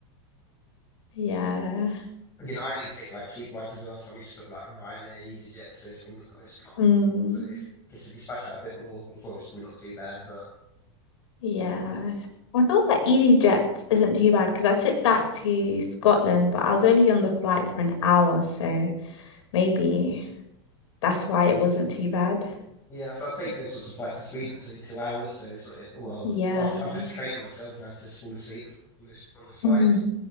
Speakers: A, on the left; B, on the left.
A: Yeah.
B: Again, I only take like cheap flights as well, so I'm used to sort of like Ryanair, EasyJet, so it's probably not the most comfortable.
A: Mm,
B: So if I guess if you splash out a bit more, it's probably, it's probably not too bad. But
A: yeah. I thought that EasyJet isn't too bad because I took that to Scotland, but I was only on the flight for an hour, so maybe that's why it wasn't too bad.
B: yeah, so I take those sorts of flights to Sweden. It's only two hours, so it's not the end of the world.
A: Yeah.
B: And I've I've just trained myself now to just fall asleep on those on those flights.
A: Mm.